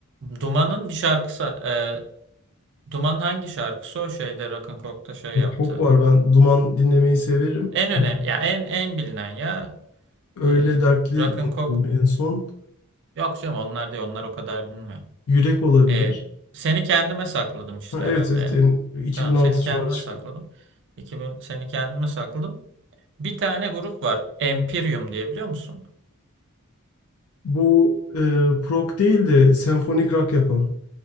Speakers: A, on the right (about 55°); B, on the left (about 70°).
A: Duman'ın bir şarkısı Ee, Duman hangi şarkısı o şeyde Rock'n'Coke'da şey yaptı.
B: Çok var. Ben Duman dinlemeyi severim.
A: En öne
B: Ee,
A: ya en en bilinen ya.
B: Öyle
A: Ee,
B: dertli
A: Rock'n'Coke
B: dinledim en son.
A: yok canım onlar değil onlar o kadar bilmiyor.
B: Yürek olabilir.
A: Ee, seni kendime sakladım işte
B: Ha, evet,
A: herhalde.
B: evet
A: ya.
B: en- 2006
A: Tamam seni kendime
B: civarı çıkan.
A: sakladım. 2000 seni kendime sakladım. Bir tane grup var Empyreum diye biliyor musun?
B: Bu e, prog değil de senfonik rock yapan.